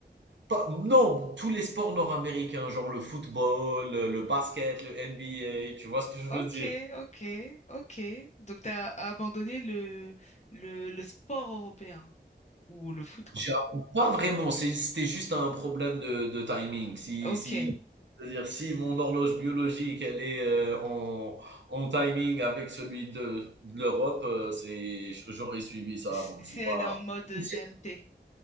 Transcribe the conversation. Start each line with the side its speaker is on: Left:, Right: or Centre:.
Right: pas non, tous les sports nord-américains, genre le football, heu, le basket, le NBA, tu vois ce que je
Left: Ok,
Right: veux dire?
Left: ok, ok. Donc, t'as abandonné le, le, le sport européen ou le foot, quoi.
Right: J'avoue, pas vraiment, c'est c'était juste un problème de de timing. Si
Left: Ok.
Right: si c'est-à-dire si mon horloge biologique, elle est, heu, en en timing avec celui de de l'Europe, heu, c'est j'aurais suivi ça,
Left: Si
Right: donc c'est
Left: si elle
Right: pas
Left: est en mode
Right: c'est
Left: GMT.